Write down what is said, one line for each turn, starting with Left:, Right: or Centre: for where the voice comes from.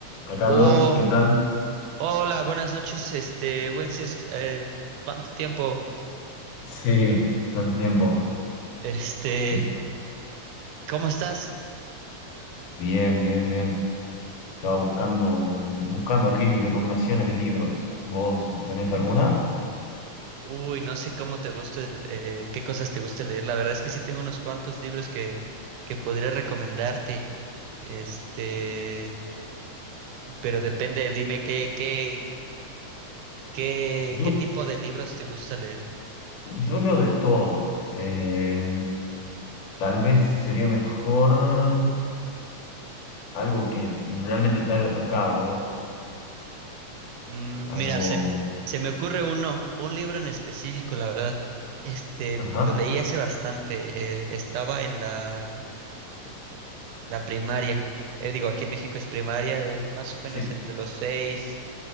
Left: Hola Carlos,
Right: Oh,
Left: ¿qué tal?
Right: hola, buenas noches, este, Wences, eh, ¿cuánto tiempo?
Left: Sí, tanto tiempo.
Right: Este,
Left: ¿Qué-
Right: ¿cómo estás?
Left: Bien, bien, bien. Estaba buscando, buscando aquí recomendaciones de libros. ¿Vos tenés alguna?
Right: Uy, no sé cómo te gusta, el- eh, qué cosas te gusta leer. La verdad es que sí tengo unos cuantos libros que, que podría recomendarte. Este, pero depende, dime qué, qué, qué,
Left: Yo,
Right: qué tipo de libros te gusta leer.
Left: yo leo de todo. Eh, tal vez sería mejor algo que realmente te haya tocado a vos.
Right: Mm, mira,
Left: Algo.
Right: se, se me ocurre uno, un libro en específico, la verdad. Este,
Left: Ajá,
Right: lo leí hace bastante. eh, estaba en la La primaria. Eh, digo, aquí en México es primaria, es más o menos
Left: sí.
Right: entre los seis